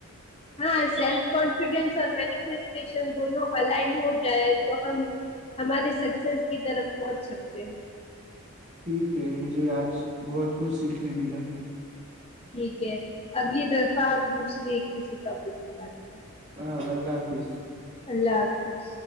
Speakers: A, on the left; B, on the right.
A: ہاں سیلف کانفیڈینس اور مینیفیسٹیشن دونوں الائن ہو جائے تو ہم ہمارے سکسیس کی طرف پہنچ سکتے ہیں
B: ٹھیک ہے مجھے آج بہت کچھ سیکھنے ملا
A: ٹھیک ہے اگلی طرفہ
B: آ-
A: ہم دوسری کسی ٹاپک پہ بات کروں
B: ہاں اللہ حافظ
A: اللہ حافظ